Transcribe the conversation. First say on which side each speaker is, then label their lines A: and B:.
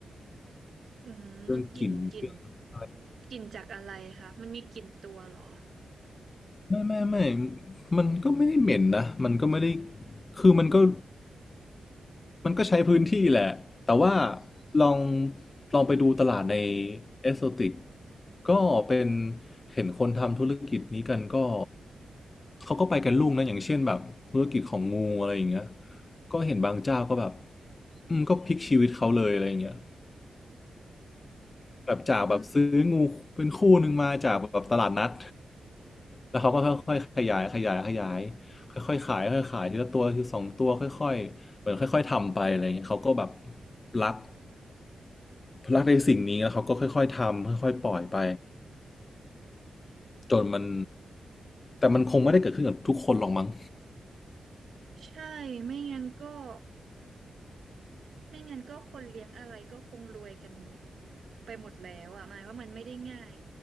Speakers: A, on the right; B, on the left.
A: อืมกลิ่นกลิ่น
B: เรื่องกลิ่นเรื่องอะไร
A: กลิ่นจากอะไรคะมันมีกลิ่นตัวเหรอ
B: ไม่ไม่ไม่มันก็ไม่ได้เหม็นนะมันก็ไม่ได้คือมันก็ มันก็ใช้พื้นที่แหละ แต่ว่าลองลองไปดูตลาดในเอสโซติกก็เป็นเห็นคนทำธุรกิจนี้กันก็เขาก็ไปกันลุ่งนะอย่างเช่นแบบธุรกิจของงูอะไรอย่างเงี้ยก็เห็นบางเจ้าก็แบบอืมก็พลิกชีวิตเขาเลยอะไรอย่างเงี้ย แบบจากแบบซื้องูเป็นคู่หนึ่งมาจากแบบตลาดนัดแล้วเขาก็ค่อยๆขยายขยายขยายค่อยๆขายค่อยๆขายทีละตัวทีละสองตัวค่อยๆเหมือนค่อยๆทำไปอะไรอย่างเงี้ยเขาก็แบบรักรักในสิ่งนี้แล้วเขาก็ค่อยๆทำค่อยๆปล่อยไปจนมันแต่มันคงไม่ได้เกิดขึ้นกับทุกคนหรอกมั้ง
A: ใช่ไม่งั้นก็ <laughs> ไม่งั้นก็คนเลี้ยงอะไรก็คงรวยกันไปหมดแล้วอ่ะหมายว่ามันไม่ได้ง่าย